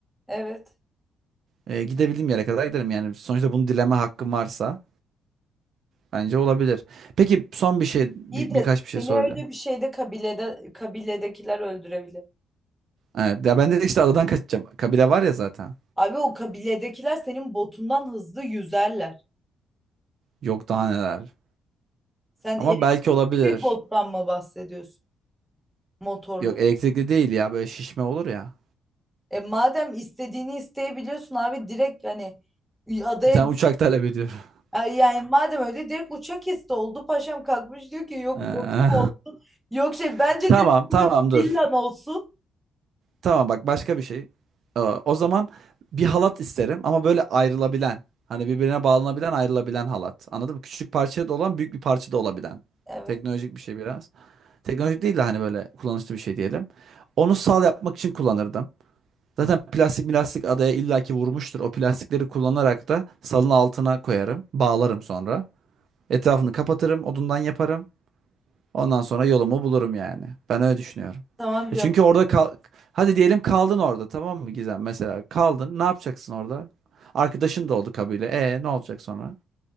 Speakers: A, in the centre; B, on the right (about 65°).
A: Evet.
B: Ee, gidebildiğim yere kadar giderim. Yani sonuçta bunu dileme hakkım varsa bence olabilir. Peki son bir şey bir-
A: İyi de
B: birkaç bir şey
A: seni
B: soracağım.
A: öyle bir şeyde kabilede, kabiledekiler öldürebilir.
B: Evet, ya ben de işte adadan kaçacağım. Kabile var ya zaten.
A: Abi o kabiledekiler senin botundan hızlı yüzerler.
B: Yok daha neler.
A: Sen
B: Ama
A: elektrikli
B: belki olabilir.
A: bir bottan mı bahsediyorsun? Motorlu.
B: Yok elektrikli değil ya böyle şişme olur ya.
A: E madem istediğini isteyebiliyorsun abi direkt hani adaya
B: Bir tane uçak talep ediyorum. <laughs>
A: Ay Yani madem öyle direkt uçak isti oldu. Paşam kalkmış diyor ki yok
B: Ee,
A: botum olsun. Yok şey
B: <laughs>
A: bence
B: Tamam
A: direkt
B: tamam
A: burada
B: dur.
A: bir villan olsun.
B: Tamam bak başka bir şey. Ee, O zaman bir halat isterim ama böyle ayrılabilen. Hani birbirine bağlanabilen ayrılabilen halat. Anladın mı? Küçük parça da olan büyük bir parça da olabilen.
A: Evet.
B: Teknolojik bir şey biraz. Teknolojik değil de hani böyle kullanışlı bir şey diyelim. Onu sal yapmak için kullanırdım. Zaten plastik milastik adaya illaki vurmuştur. O plastikleri kullanarak da salın altına koyarım. Bağlarım sonra. Etrafını kapatırım. Odundan yaparım. Ondan sonra yolumu bulurum yani. Ben öyle düşünüyorum.
A: Tamam canım.
B: Ya çünkü orada kal hadi diyelim kaldın orada tamam mı Gizem? Mesela kaldın ne yapacaksın orada? Arkadaşın da oldu kabile. E ne olacak sonra?